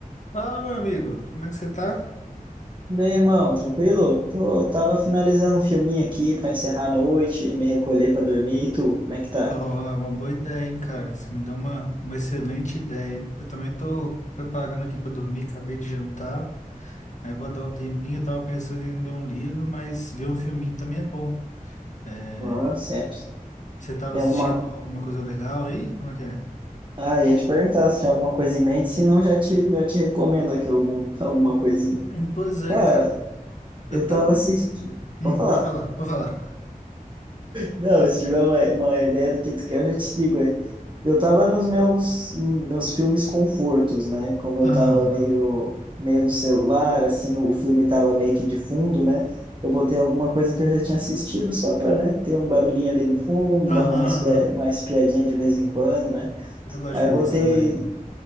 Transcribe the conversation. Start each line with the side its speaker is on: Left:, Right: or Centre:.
Left: Fala, meu amigo, como é que você tá?
Right: E aí, irmão, tranquilo? Tô, tava finalizando um filminho aqui pra encerrar a noite, me recolher pra dormir. E tu, como é que tá?
Left: Ó, é uma boa ideia, hein, cara? Você me deu uma, uma excelente ideia. Eu também tô preparando aqui pra dormir, acabei de jantar, aí vou dar um tempinho. Eu tava pensando em ler um livro, mas ver um filminho também é bom. É,
Right: Ah, sempre.
Left: Você tava
Right: Tem
Left: assistindo
Right: alguma.
Left: alguma coisa legal aí? Como é que é?
Right: Ah, ia te perguntar se tinha alguma coisa em mente, se não, já te, já te recomendo aqui algum, <laughs> alguma coisinha.
Left: Hum, Pois é,
Right: Cara,
Left: cara. Eu
Right: eu
Left: tava.
Right: tava
Left: Hum,
Right: assistindo. Vou falar.
Left: pode falar, pode falar.
Right: Não, se tiver uma, uma ideia do que tu quer, eu já te digo aí. Eu tava nos meus, meus filmes confortos, né? Como eu
Left: Aham,
Right: tava meio, meio no celular, assim, o filme tava meio que de fundo, né? Eu botei alguma coisa que eu já tinha assistido só pra, né, ter um barulhinho ali no fundo,
Left: aham,
Right: dava uma, espia,
Left: aham.
Right: uma espiadinha de vez em quando, né?
Left: Eu gosto
Right: Aí
Left: de fazer
Right: eu botei,
Left: isso também.